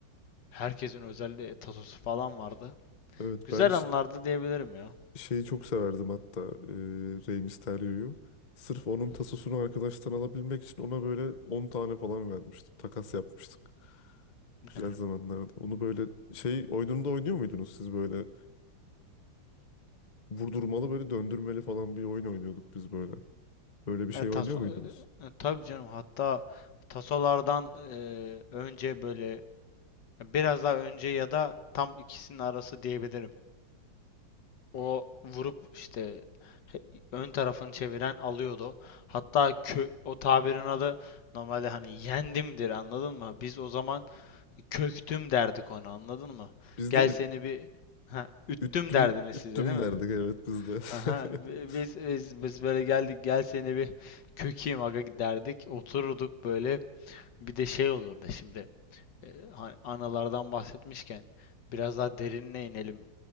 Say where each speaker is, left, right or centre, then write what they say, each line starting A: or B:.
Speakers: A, on the left; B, on the left.
A: herkesin özel tasosu falan vardı.
B: Evet
A: Güzel
B: ben ş-
A: anlardı diyebilirim ya.
B: şeyi çok severdim hatta. E, Rey Mysterio'yu. Sırf onun
A: Hı hı.
B: tasosunu arkadaştan alabilmek için ona böyle 10 tane falan vermiştim. Takas yapmıştık. Güzel
A: Yani.
B: zamanlardı. Onu böyle şey oyununda oynuyor muydunuz siz böyle vurdurmalı böyle döndürmeli falan bir oyun oynuyorduk biz böyle. Böyle bir
A: E,
B: şey
A: taso,
B: oynuyor muydunuz?
A: e, e, tabii canım hatta tasolardan e, önce böyle biraz daha önce ya da tam ikisinin arası diyebilirim. O vurup işte ön tarafını çeviren alıyordu. Hatta kö o tabirin adı normalde hani yendimdir anladın mı? Biz o zaman köktüm derdik ona anladın mı?
B: Biz
A: Gel
B: de üt,
A: seni bir ha, üttüm
B: üttüm
A: derdiniz
B: üttüm
A: siz de değil mi?
B: derdik evet biz de.
A: Aha, bi-
B: <laughs>
A: biz, biz, biz böyle geldik gel seni bir kökeyim aga derdik otururduk böyle bir de şey olurdu şimdi. E, hani analardan bahsetmişken biraz daha derinine inelim.